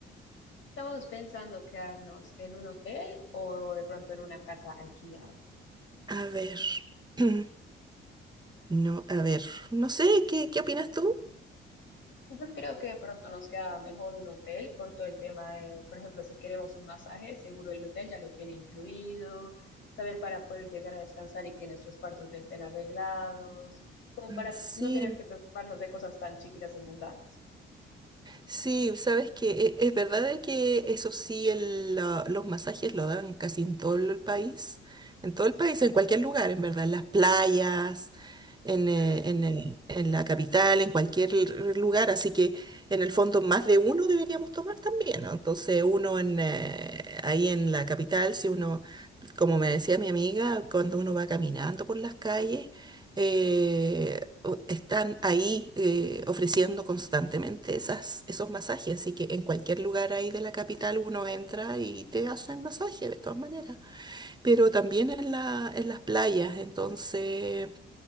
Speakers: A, on the left; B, on the right.
A: Estamos pensando quedarnos en un hotel o de pronto en una casa alquilada.
B: A ver, <clears throat> no, a ver, no sé, ¿qué, qué opinas tú?
A: Yo creo que de pronto nos queda mejor un hotel por todo el tema de, por ejemplo, si queremos un masaje, seguro el hotel ya lo tiene incluido, también para poder llegar a descansar y que nuestros cuartos ya estén arreglados, como para
B: Sí,
A: no tener que preocuparnos de cosas tan chiquitas y mundanas.
B: Sí, sabes que e, es verdad de que eso sí, el, la- los masajes lo dan casi en todo el país, en todo el país, en cualquier lugar, en verdad, en las playas, en, eh,
A: Mm,
B: en, eh, en la capital, en cualquier l- lugar, así que en el fondo más de uno deberíamos tomar también, ¿no? Entonces uno en, eh, ahí en la capital, si uno, como me decía mi amiga, cuando uno va caminando por las calles, eh, o- están ahí eh, ofreciendo constantemente esas, esos masajes, así que en cualquier lugar ahí de la capital uno entra y te hacen masaje de todas maneras, pero también en la, en las playas, entonces